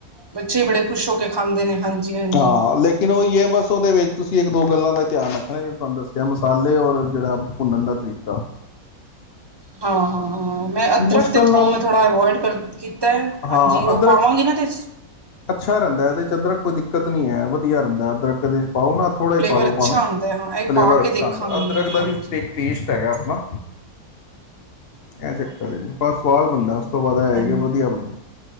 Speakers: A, on the right (about 25°); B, on the left (about 50°).
A: ਬੱਚੇ ਬੜੇ ਖੁਸ਼ ਹੋ ਕੇ ਖਾਂਦੇ ਨੇ ਹਾਂਜੀ-ਹਾਂਜੀ।
B: ਹਾਂ ਲੇਕਿਨ ੳਈ
A: ਜ਼ਰੂਰ
B: ਏ ਬਸ ੳਦੇ ਵਿੱਚ ਤੁਸੀ ਏਕ-ਦੋ ਗੱਲਾਂ ਦਾ ਈ ਧਿਆਨ ਰੱਖਨਾ ਜੇੜੀ ਤਾਨੂੰ ਦੱਸ ਜਾਂ ਮਸਾਲੇ ਔਰ ਜੇੜਾ ਭੁੰਨਨ ਦਾ ਤਰੀਕਾ।
A: ਹਾਂ ਹਾਂ ਹਾਂ ਮੈਂ ਅਦਰਕ
B: ਮੁਸ਼ਕਿਲ
A: ਤੇ ਥੋਮ
B: ਨਾਲ
A: ਮੈਂ ਥੋੜਾ ਅਵਾੲਡ ਕਰ ਕੀਤਾ ਐ ਹਾਂਜੀ
B: ਹਾਂ
A: ੳਹ
B: ਅਦਰਕ
A: ਪਾਵਾਂਗੀ ਨਾ ਤੇ
B: ਅੱਛਾ ਰੇਂਦਾ ਏਦੇ ਚ ਅਦਰਕ, ਕੋਈ ਦਿੱਕਤ ਨਈ ਹੈ, ਵਧੀਆ ਰੇਂਦਾ ਅਦਰਕ ਏਦੇ ਚ ਪਾਓ ਨਾ ਥੋੜਾ
A: ਫਲੇਵਰ
B: ਈ ਪਾ ਲੋ
A: ਅੱਛਾ
B: ਪਾਵੇਂ,
A: ਆਉਂਦਾ ਹੈ ਹਾਂ ਇਹ
B: ਫਲੇਵਰ
A: ਪਾ ਕੇ
B: ਅੱਛਾ
A: ਦੇਖਾਂਗੀ
B: ਆਂਦਾ ਅਦਰਕ
A: ਮੈਂ
B: ਦਾ
A: ਹਾਂਜੀ।
B: ਵੀ ਏਕ ਟੇਸਟ ਹੈਗਾ ਅਪਨਾ, ਏ ਚੱਕਰ
A: ਹਾਂਜੀ
B: ਏ ਜੀ, ਪਰ ਸਵਾਦ ਬਨਦਾ ਸਭ ਤੋਂ ਵਧ ਐ
A: ਹਾਂਜੀ।
B: ਹੈ ਕਿ ਵਧੀਆ ਬਨਦੀ